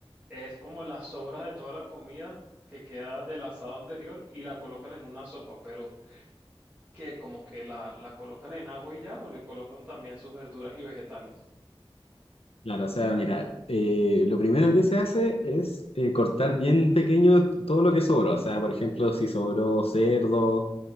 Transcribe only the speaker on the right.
es como las sobras de toda la comida que queda del asado anterior y la colocan en una sopa, pero que como que la, la colocan en agua y ya, o le colocan también sus verduras y vegetales.